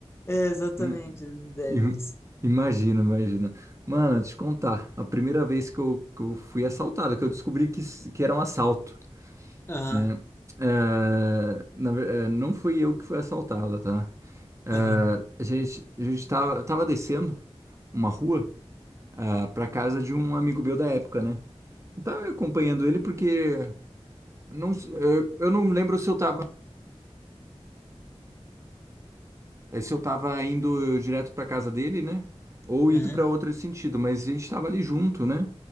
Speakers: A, on the left; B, on the right.
A: É exatamente
B: Hum.
A: a ideia
B: Im-
A: disso.
B: Imagino, imagino. Mano, te contar, a primeira vez que eu, que eu fui assaltado, que eu descobri que, s- que era um assalto,
A: Aham,
B: né? Eh, na ver- eh, não fui eu que fui assaltado, tá? Eh,
A: aham,
B: a gente, a gente tava, eu tava descendo uma rua, ah, pra casa de um amigo meu da época, né? Eu tava acompanhando ele porque não, s- eu, eu não lembro se eu tava É se eu tava indo eh, direto pra casa dele, né? Ou indo
A: uhum,
B: pra outro sentido, mas a gente tava ali junto, né?